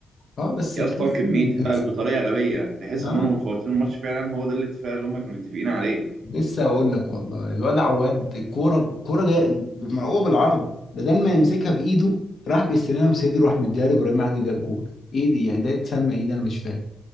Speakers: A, on the left (about 55°); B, on the right (about 65°).
A: اه بس
B: يا
A: تحس
B: اسطى كميه
A: إن-
B: هبل بطريقه غبيه تحس
A: اه
B: ان هم مفوتين الماتش فعلا هو ده الاتفاق اللي هم كانوا متفقين عليه
A: لسه اقول لك والله الواد عواد الكوره الكوره جايه مرقوبه بالعرض بدل ما يمسكها بايده راح بيستلمها بصدره راح مديها لابراهيم عادل جاب جول ايه دي يعني ده يتسمى ايه ده انا مش فاهم